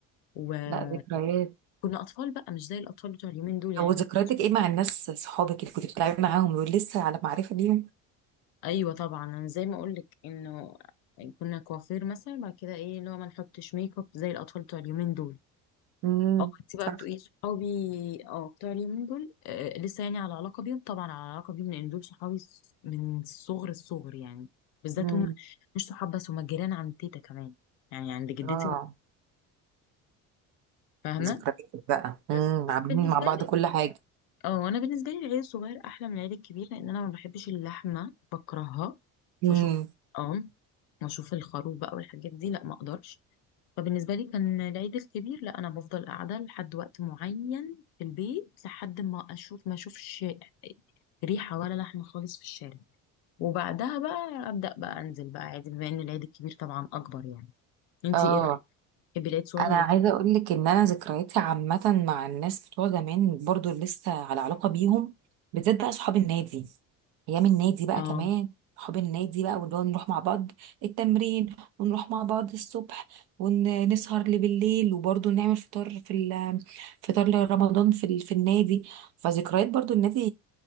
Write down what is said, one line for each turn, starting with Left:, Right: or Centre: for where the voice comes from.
Left: وكنا
Right: لا ذكريات
Left: أطفال بقى مش زي الأطفال بتوع اليومين دول يعني
Right: او
Left: احنا
Right: ذكرياتك
Left: مكناش-
Right: ايه مع الناس صحابك اللي كنت بتلعبي معاهم دول لسه على معرفه بيهم
Left: أيوة طبعا أنا زي ما أقولك إنه كنا كوافير مثلا بعد كده إيه اللي هو ما نحطش ميك اب زي الأطفال بتوع اليومين دول
Right: امم
Left: اه انت بقى
Right: صح
Left: بتقولي صحابي اه بتوع اليومين دول آه لسه يعني على علاقه بيهم طبعا على علاقه بيهم لان دول صحابي س- من صغر الصغر يعني بالذات
Right: امم
Left: هم مش صحاب بس هم جيران عند تيتا كمان يعني عند جدتي
Right: اه
Left: فاهمه
Right: ذكريات بقى امم
Left: بس بس
Right: عاملين
Left: بالنسبه
Right: مع بعض
Left: لي
Right: كل حاجه
Left: اه انا بالنسبه لي العيل الصغير احلى من العيل الكبير لان انا ما بحبش اللحمه بكرهها
Right: امم
Left: بشوف اه واشوف الخروف بقى والحاجات دي لا ما اقدرش فبالنسبة لي كان العيد الكبير لا أنا بفضل قاعدة لحد وقت معين في البيت لحد ما أشوف ما أشوفش ريحة ولا لحمة خالص في الشارع وبعدها بقى أبدأ بقى أنزل بقى عادي بما إن العيد الكبير طبعا أكبر يعني أنتي
Right: اه
Left: إيه رأيك؟ تحبي العيد صغير
Right: انا
Left: ولا
Right: عايزه اقول لك ان انا ذكرياتي عامه مع الناس بتوع زمان برضو اللي لسه على علاقه بيهم بالذات بقى صحاب النادي ايام النادي بقى
Left: إيه؟
Right: كمان صحاب النادي بقى واللي هو نروح مع بعض التمرين ونروح مع بعض الصبح ونسهر لبالليل وبرضو نعمل فطار في ال- فطار لرمضان في ال- في النادي فذكريات برضو النادي